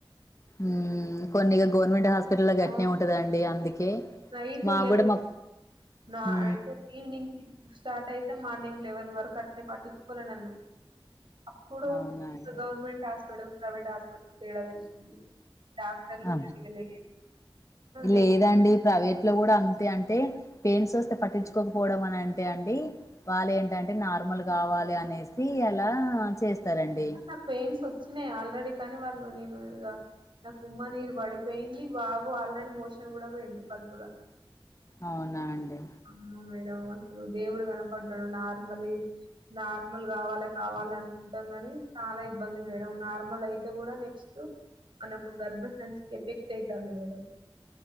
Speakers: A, on the left; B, on the right.
A: ఊ కొన్ని గవర్నమెంట్ హాస్ప గట్నే
B: ఆ
A: ఉంటదండి అందుకే
B: నైట్
A: మా
B: లెవెన్
A: గుడ మా
B: నైట్
A: ఉ హు
B: ఈవినింగ్ సిక్స్ కి స్టార్ట్ అయితే మార్నింగ్ లెవెన్ వరకు అట్నే పట్టించుకోలే నన్ను అప్పుడు
A: అవునా అండి
B: గవర్నమెంట్ హాస్పిటల్ ప్రైవేట్ హాస్పిటల్ తేడ తెలిసింది డాక్టర్లు
A: ఆ
B: <unintelligible> నెక్స్ట్
A: లేదండి ప్రైవేట్ లో కూడా అంతే అంటే పెయిన్స్ వస్తే పట్టించుకోకపోవడం అని అంటే అండి వాళ్ళు ఏంటంటే నార్మలగ కావాలి అనేసి అలా చేస్తారండి
B: నాకు పెయిన్స్ వచ్చినయి ఆల్రెడీ కానీ వాళ్ళు నేను ఇగ నాకు ఉమ్మ నీరు పడిపోయింది బాబు ఆల్రెడీ మోషన్ కూడ పోయిండు కడుపులో
A: అవునా అండి
B: అమ్మో మేడం అసలు దేవుడు కనపడ్డడు నార్మలీ నార్మల్ కావాలే కావాల అను గాని చాలా ఇబ్బంది మేడం నార్మల్ అయితే కూడా నెక్స్ట్ మనకు గర్భ సంచికి ఎఫెక్ట్ అయితంది మేడం